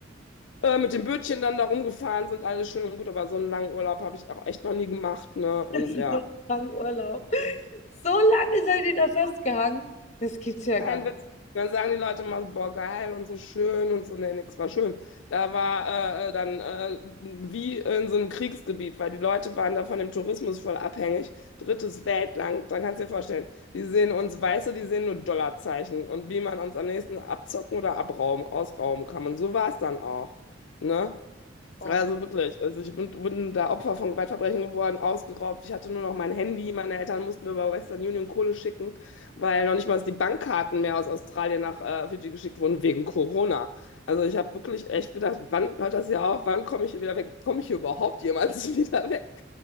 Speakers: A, on the left (about 70°); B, on the left (about 35°).
A: Äh, mit dem Bötchen dann da rumgefahren sind, alles schön und gut, aber so einen langen Urlaub habe ich auch echt noch nie gemacht, ne? Und
B: <laughs>
A: ja.
B: so lange Urlaub. So lange seid ihr da festgehangen? Das gibt's ja
A: Kein
B: gar nicht.
A: Witz. Dann sagen die Leute immer, so, boah, geil und so schön und so, nee, nix war schön. Da war äh, äh, dann äh, wie in so einem Kriegsgebiet, weil die Leute waren da von dem Tourismus voll abhängig. Drittes Weltland, dann kannst du dir vorstellen, die sehen uns Weiße, die sehen nur Dollarzeichen und wie man uns am nächsten abzocken oder abrauben, ausrauben kann. Und so war es dann auch, ne?
B: Oh
A: Also wirklich, also ich bin, bin da Opfer von Gewaltverbrechen geworden, ausgeraubt. Ich hatte nur noch mein Handy. Meine Eltern mussten mir über Western Union Kohle schicken, weil noch nicht mal die Bankkarten mehr aus Australien nach äh, Fidschi geschickt wurden wegen Corona. Also ich habe wirklich echt gedacht, wann hört das hier auf? Wann komme ich hier wieder weg? Komme ich hier überhaupt jemals <laughs> wieder weg?